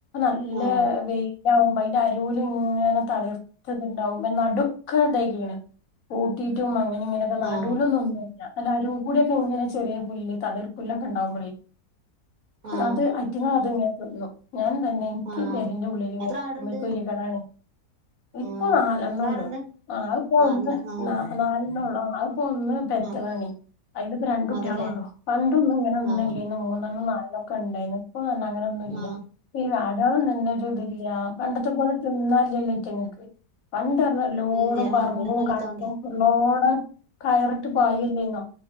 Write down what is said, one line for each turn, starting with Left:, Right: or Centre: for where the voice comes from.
Left: നല്ല
Right: ആ
Left: വെയിലാവുമ്പോ അതിന്റെ അരുല് ഇങ്ങനെ തളർത്തത്ണ്ടാവും നടു ഒക്കെ ഇണ്ടായിക്കണ് കൂട്ടിയിട്ടും അങ്ങനെ ഇങ്ങനൊക്കെ നടുലുംന്നുന്നും
Right: ആ
Left: നല്ല ഒരു കൂടിയൊക്കെങ്ങനെ ചെറിയ പുല്ല് തിളിർ പുല്ല്ക്കെണ്ടാവുമ്പോ
Right: ആ
Left: അത് അറ്റങ്ങ അത്ങ്ങനെ തിന്നും ഞാനും തന്നെ എനിക്ക്
Right: ആ
Left: ഈ പരന്റെ ഉള്ളിൽ ഇങ്ങനെ
Right: എത്ര
Left: ഇരിക്കുമ്പം
Right: ആടുണ്ട്
Left: ഒരു സ്വരെ കേടാണ് ഇപ്പൊ
Right: ആ
Left: നാലെണ്ണ
Right: എത്ര
Left: ഉള്ളു
Right: ആടുണ്ട്
Left: ആള ഇപ്പോ
Right: നാലില
Left: ഒന്ന്
Right: ആ
Left: ന നാലെണ്ണ ഉള്ളൂ ആത്പ്പോ ഒന്ന് പെറ്റതാണി
Right: ആ
Left: അതില് ഇപ്പോ രണ്ടുട്ട്യാലോള്ളൂ
Right: അതല്ലേ
Left: പണ്ടൊന്നും ഇങ്ങനെ ഒന്ന
Right: ആ
Left: മൂന്നനും നാലോക്കെണ്ടായി ഇപ്പങ്ങനെ
Right: ആ
Left: <inaudible> ആടാളും തന്ന ഒരു ഇതില്ല പണ്ടത്തെ പോലെ തിന്നാലല്ലേ റ്റങ്ങക്ക് പണ്ടഞ്ഞ എല്ലോടും
Right: ഇല്ല
Left: പറമ്പും
Right: ആ ഇവിടൊന്നുംല്ലത്തോണ്ടേ
Left: കണ്ടും ഫുള്ളോട കയറിട്ട് പയില്ലേന്നോ